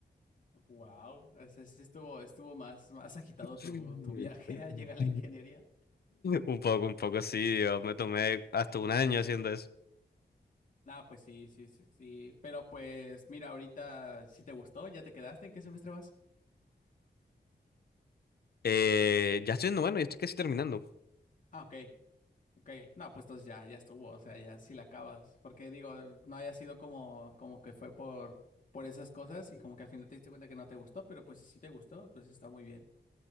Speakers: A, on the left; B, on the left.
A: Wow, ese sí estuvo, estuvo más, más agitado
B: <laughs>
A: tu, tu viaje <laughs> a llegar a la ingeniería.
B: Un poco, un poco así, yo me tomé hasta un año haciendo eso.
A: Ah, pues sí, sí, sí, sí. Pero pues mira, ahorita si te gustó, ya te quedaste, ¿en qué semestre vas?
B: Eh, ya estoy en noveno, ya estoy casi terminando.
A: Ah, ok, ok. No, pues entonces ya, ya estuvo, o sea, ya sí la acabas. Porque digo, no haya sido como, como que fue por, por esas cosas y como que al final te diste cuenta que no te gustó, pero pues si sí te gustó, pues está muy bien.